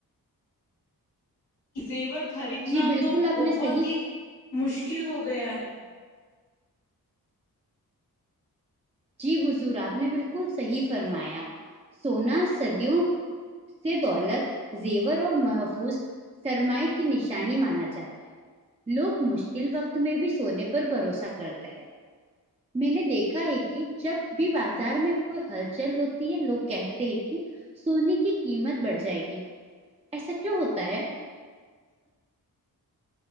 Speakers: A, on the left; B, on the right.
A: زیور خریدنا
B: جی بالکل
A: تو
B: آپ
A: بہت
B: نے صحیح
A: ہی مشکل ہو گیا ہے
B: جی حضور آپ نے بالکل صحیح فرمایا سونا صدیوں سے دولت زیور اور محفوظ سرمائے کی نشانی شانی مانا جاتا ہے لوگ مشکل وقت میں بھی سونے پر بھروسہ کرتے ہیں میں نے دیکھا ہے کہ جب بھی بازار میں کوئی ہلچل ہوتی ہے لوگ کہتے ہیں کہ سونے کی قیمت بڑھ جائے گی ایسا کیوں ہوتا ہے